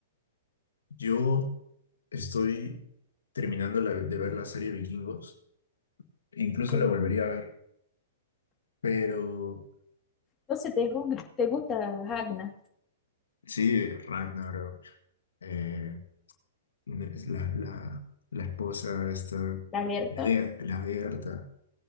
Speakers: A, on the left; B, on the left.
A: yo estoy terminando la- de ver la serie Vikingos. Incluso
B: Sí.
A: la volvería a ver, pero...
B: Entonces, ¿te, gu- te gusta Ragna,
A: Sí, Ragnarok. eh, Es La, la, la esposa, esta,
B: la Gerta?
A: la, Ger- la Gerta,